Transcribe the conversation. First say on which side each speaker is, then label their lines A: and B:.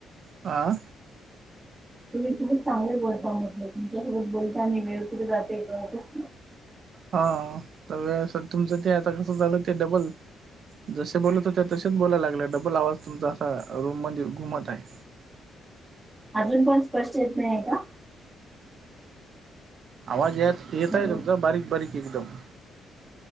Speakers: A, on the right; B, on the right.
A: आं..
B: तुम्ही खूच चांगले बोलता म्हटलं तुमच्यासोबत बोलताना वेळ कुठे जाते कळतच ना
A: हा तर सर तुमचं ते आता कसं झालं ते डबल जसे बोलत होते तसेच बोलायला लागले डबल आवाज तुमचा असा रूम मध्ये घुमत आहे
B: अजून पण स्पष्ट येत नाही आहे का?
A: आवाज य येत
B: हॅलो
A: आहे तुमचा बारीक बारीक एकदम